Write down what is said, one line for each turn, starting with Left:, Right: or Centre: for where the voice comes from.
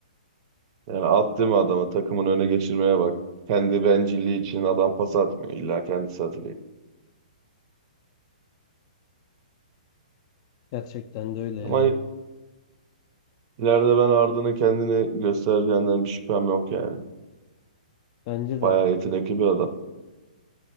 Right: Yani attı mı adamı takımın öne geçirmeye bak. Kendi bencilliği için adam pas atmıyor. İlla kendisi atacak.
Left: Gerçekten de öyle ya.
Right: Ama ileride ben Arda'nın kendini göstereceğinden bir şüphem yok yani.
Left: Bence de.
Right: Bayağı yetenekli bir adam.